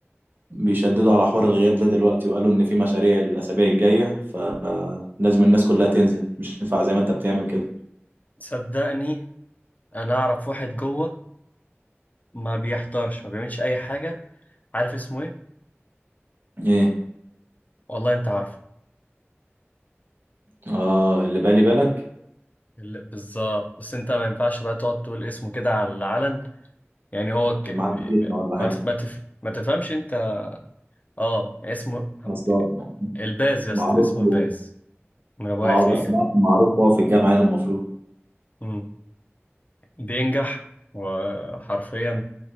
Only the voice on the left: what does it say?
صدقني انا اعرف واحد جوه ما بيحضرش ما بيعملش اي حاجه عارف اسمه ايه
والله انت عارفه
ال- بالظبط بس انت ما ينفعش بقى تقعد تقول اسمه كده على العلن يعني هو
ك...
ما
تف... ما تف... ما تفهمش انت اه اسمه
الباز يا
اسطى اسمه
الباز من ابو
اخر
يعني
مم. بينجح وحرفيا